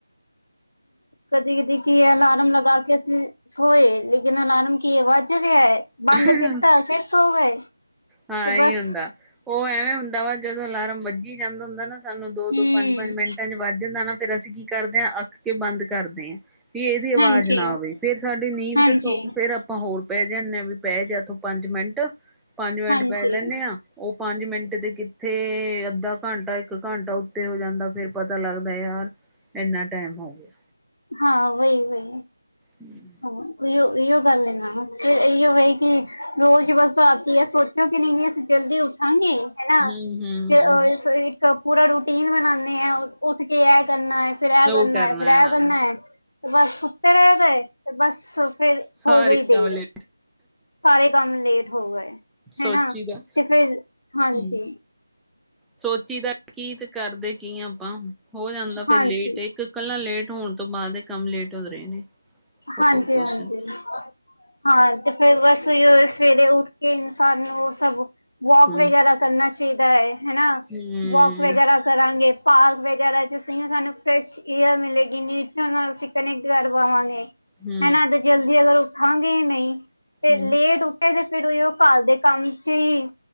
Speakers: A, on the left; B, in the centre.
A: ਕਦੀ-ਕਦੀ ਕੀ ਐ ਅਲਾਰਮ ਲਗਾ ਕੇ ਅਸੀਂ ਸੋਏ, ਲੇਕਿਨ ਅਲਾਰਮ ਕੀ ਵੱਜ ਰਿਐ? ਬੰਦ
B: ਟਾਈਮ
A: ਕੀਤਾ ਹੋਇਆ ਸੀ ਸੋ ਗਏ, 'ਤੇ
B: ਹਾਂ ਇਹੀ
A: ਬਸ।
B: ਹੁੰਦਾ। ਉਹ ਐਵੇਂ ਹੁੰਦਾ ਵਾ, ਜਦੋਂ ਅਲਾਰਮ ਵੱਜੀ ਜਾਂਦਾ ਹੁੰਦਾ ਨਾ, ਸਾਨੂੰ ਦੋ-ਦੋ
A: ਹਮ
B: ਪੰਜ-ਪੰਜ ਮਿੰਟਾਂ ਚ ਵੱਜਦਾ ਨਾ, ਫੇਰ ਅਸੀਂ ਕੀ ਕਰਦੇ ਆ? ਅੱਕ ਕੇ ਬੰਦ ਕਰਦੇ ਆ। ਬਈ ਇਹਦੀ ਆਵਾਜ਼
A: ਹਾਂਜੀ
B: ਨਾ ਆਵੇ, ਫੇਰ ਸਾਡੀ ਨੀਂਦ
A: ਹਾਂਜੀ
B: ਕਿਥੋਂ? ਫੇਰ ਆਪਾਂ ਹੋਰ ਪੈ ਜਾਂਨੇ ਆ ਵੀ। ਪੈ ਜਾ ਤੂੰ ਪੰਜ ਮਿੰਟ, ਪੰਜ ਮਿੰਟ
A: ਹਾਂਜੀ
B: ਪੈ ਲੈਂਨੇ ਆ। ਉਹ ਪੰਜ ਮਿੰਟ ਤੇ ਕਿੱਥੇ, ਅੱਧਾ ਘੰਟਾ ਇੱਕ ਘੰਟਾ ਉੱਤੇ ਹੋ ਜਾਂਦਾ, ਫੇਰ ਪਤਾ ਲੱਗਦਾ ਯਾਰ। ਐੰਨਾ ਟਾਈਮ ਹੋ ਗਿਆ।
A: ਹਾਂ, ਵਈ-ਵਈ।
B: ਹੂੰ।
A: ਹਾਂ, ਅਈਓ-ਅਈਓ ਗੱਲ ਏ ਨਾ, ਫਿਰ ਅਈਓ ਹੈ ਕਿ ਰੋਜ਼ ਬਸ ਆਤੀ ਐ ਸੋਚੋ ਕਿ, ਨਈ -ਨਈ, ਅਸੀਂ ਜਲਦੀ ਉਠਾਂਗੀ। ਹੈਨਾ
B: ਹਮ ਹਮ
A: <unintelligible> ਇੱਕ ਪੂਰਾ ਰੂਟੀਨ ਬਣਾਨੇ ਆ ਉੱਠ ਕੇ ਐ ਕਰਨਾ ਫਿਰ ਐ ਕਰਨਾ
B: ਉਹ
A: ਏ, ਫਿਰ ਐ
B: ਹੈ
A: ਕਰਨਾ ਏ ਤੇ ਬਸ ਸੁੱਤੇ ਰਏ ਦੇ ਤੇ ਬਸ ਫਿਰ
B: ਸਾਰੇ
A: ਹੋ ਗਈ ਦੇਰ,
B: ਕਮਲੇ
A: ਸਾਰੇ ਕੰਮ ਲੇਟ ਹੋ ਗਏ।
B: ਸੋਚੀ
A: ਹੈਨਾ
B: ਦਾ
A: ਤੇ ਫਿਰ ਹਾਂਜੀ।
B: ਹਮ ਸੋਚੀ ਦਾ ਕੀ ਤੇ, ਕਰਦੇ ਕੀ ਆ ਆਪਾਂ ਹੋ ਜਾਂਦਾ
A: ਹਾਂਜੀ
B: ਫਿਰ ਲੇਟ <unintelligible> ਕੇ ਕੱਲਾ ਲੇਟ ਹੋਣ ਤੋਂ ਬਾਦ ਏ ਕੰਮ ਲੇਟ ਹੋ ਰੇ ਨੇ। ਹੋਰ
A: ਹਾਂਜੀ-ਹਾਂਜੀ।
B: ਕੁਛ ਨੀ
A: ਹਾਂ, ਤੇ ਫੇਰ ਬਸ ਓਈਓ ਸਵੇਰੇ ਉੱਠ ਕੇ ਇਨਸਾਨ ਨੂੰ ਸਭ ਵੋਕ
B: ਹੂੰ
A: ਵਗੈਰਾ ਕਰਨਾ ਚਾਈਦਾ ਏ ਹਨਾ
B: ਹੂੰ
A: ਵੋਕ ਵਗੈਰਾ ਕਰਾਂਗੇ, ਪਾਰਕ ਵਗੈਰਾ <unintelligible> ਸਾਨੂੰ ਫਰੈਸ਼ ਏਅਰ ਮਿਲੇਗੀ ਨੇਚਰ ਨਾਲ ਅਸੀ ਕਨੈਕਟ ਕਰ ਪਾਵਾਂਗੇ।
B: ਹੂੰ
A: ਹੈਨਾ ਤੇ ਜਲਦੀ ਅਗਰ ਉੱਠਾਂ ਗੇ ਨਈ ਤੇ
B: ਹੂੰ
A: ਲੇਟ ਉ ਏ ਤੇ ਫਿਰ ਓਈਓ ਘਰ ਦੇ ਕੰਮ ਚ ਈ